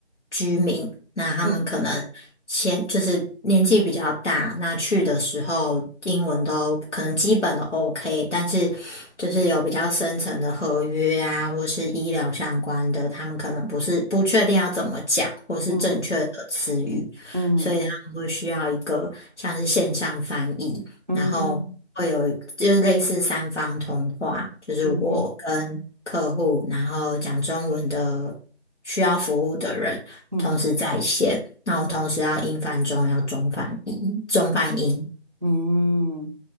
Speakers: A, on the left; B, on the right.
A: 居民，那他们可能先就是年纪比较大，
B: 嗯
A: 那去的时候英文都可能基本的 OK，但是就是有比较深层的合约啊，或是医疗相关的，他们可能不是不确定要怎么讲，或是正确的词语。
B: 嗯嗯
A: 所以他们会需要一个像是线上翻译，
B: 嗯
A: 然后会有就是类似三方通话，就是我跟客户，
B: 嗯嗯
A: 然后讲中文的需要服务的人同时在线，
B: 嗯
A: 那我同时要英翻中，
B: 嗯
A: 要中翻英，中翻英。
B: 嗯。